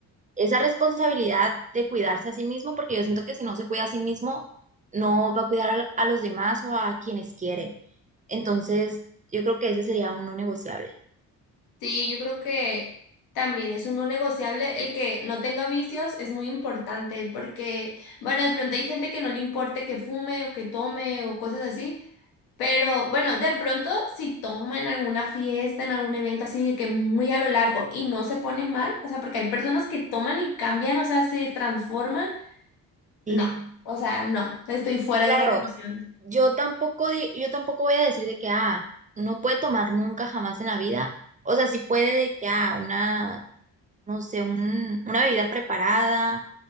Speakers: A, on the right; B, on the left.
A: esa responsabilidad de cuidarse a sí mismo, porque yo siento que si no se cuida a sí mismo, no va a cuidar a, a los demás o a quienes quiere. Entonces, yo creo que ese sería uno negociable.
B: sí, yo creo que también es un no negociable el que no tenga vicios, es muy importante porque, bueno, de pronto hay gente que no le importe que fume o que tome o cosas así, Pero bueno, de pronto si toma en alguna fiesta, en algún evento así de que muy a lo largo y no se pone mal, o sea, porque hay personas que toman y cambian, o sea, se transforman,
A: Sí,
B: no, o sea, no, estoy fuera
A: claro,
B: de esa relación.
A: Yo tampoco, di- yo tampoco voy a decir de que, ah, no puede tomar nunca jamás en la vida. O sea, sí puede de que, ah, una, no sé, un- una bebida preparada,